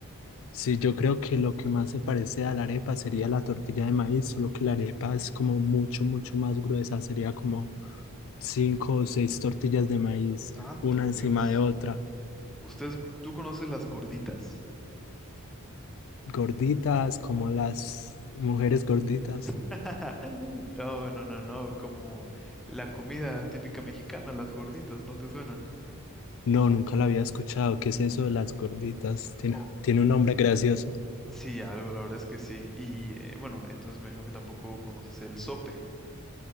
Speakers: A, on the left; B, in the centre.
A: Sí, yo creo que lo que más se parece a la arepa sería la tortilla de maíz, solo que la arepa es como mucho, mucho más gruesa, sería como cinco o seis tortillas de maíz,
B: Santo
A: una encima
B: Dios.
A: de otra,
B: ¿Ustedes, tú conoces las gorditas?
A: gorditas como las mujeres gorditas.
B: <laughs> No, no, no, no, como la comida típica mexicana, las gorditas, ¿no te suenan?
A: No, nunca la había escuchado. ¿Qué es eso de las gorditas? Tiene,
B: O
A: tiene un nombre gracioso.
B: sí, algo, la verdad es que sí. Y eh, bueno, entonces me imagino que tampoco conoces el sope,